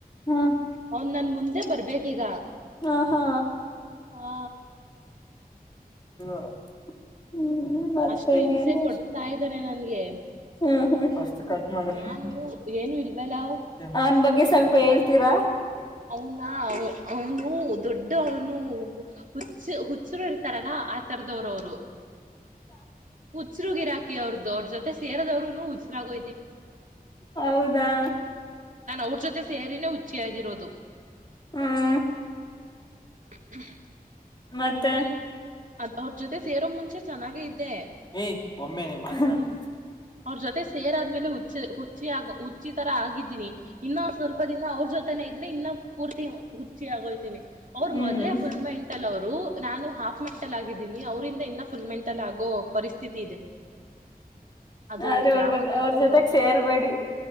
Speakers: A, on the left; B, on the right.
A: ಹ್ಮ್
B: ಅವನ್ ನನ್ ಮುಂದೆ ಬರ್ಬೇಕೀಗ.
A: ಹಾ ಹಾ
B: ಹಾ
A: <unintelligible> ಮತ್ತೇನೇನು
B: ಅಷ್ಟು ಹಿಂಸೆ ಕೊಡ್ತಾ ಇದ್ದನೆೆ ನನ್ಗೆ
A: ಹ್ಮ್ ಹ್ಮ್ ಕಟ್ ಮಾಡು
B: ನಾನು
A: <unintelligible>
B: ಏನು ಇಲ್ವಲ್ಲ
A: ಅವ್ನ್ ಬಗ್ಗೆ ಸ್ವಲ್ಪ ಹೇಳ್ತೀರಾ
B: ಅವನಾ ಅವನು ದೊಡ್ಡ ಅವನು. ಹುಚ್ಚ ಹುಚ್ಚರು ಇರ್ತಾರಲ್ಲ ಆತರದವರು ಅವರು ಹುಚ್ಚರುಗಿರಾಕ್ ಅವ್ರದ ಅವ್ರ ಜೊತೆ ಸೇರದವರುನು ಹುಚ್ರಗೊ
A: ಹೌದಾ
B: ಅವ್ರ್ ಜೊತೆ ಸೇರಿನೇ ಹುಚ್ಚಿ ಆಗಿರೋದು.
A: ಹ್ಮ್
B: <inaudible>
A: ಮತ್ತೆ
B: ಇಲ್ ಅದ್ ಅವ್ರ ಜೊತೆ ಸೇರೋ ಮುಂಚೆ ಚೆನ್ನಾಗೆ ಇದ್ದೆ
A: ಏಯ ಒಮ್ಮೆನೆ <unintelligible>
B: ಅವ್ರ ಜೊತೆ ಸೇರಾದ್ಮೇಲೆ ಹುಚ್ಚ ಹುಚ್ಚಿ ಆ ಹುಚ್ಚಿ ತರ ಆಗಿದ್ದೀನಿ ಇನ್ನೊಂದ ಸ್ವಲ್ಪ ದಿನ ಅವ್ರ ಜೊ <unintelligible> ಇದ್ರೆ ಇನ್ನ ಪೂರ್ತಿ ಹುಚ್ಚಿ ಆಗೋತೀನಿ ಅವರು
A: ಹ್ಮ್
B: ಮೊದ್ಲೆ ಫುಲ್ಮೆಂಟ್ ಅವ್ರು ನಾನು ಹಾಫ್ ಮೆಂಟಲ್ ಆಗಿದ್ದೀನಿ ಅವರಿಂದ ಇನ್ನ ಫುಲ್ ಮೆಂಟಲ್ ಆಗೋ ಪರಿಸ್ಥಿತಿ ಇದೆ. <unintelligible>
A: ಆದೆ ಅವ್ರ
B: ಯಾವಾಗ
A: ಬಗ್ಗೆ
B: ಬೇಕಾದ್ರು
A: ಅವ್ರ ಜೊತೆಗ್
B: ಬರ್ಬೋದು
A: ಸೇರ್ಬೇಡಿ.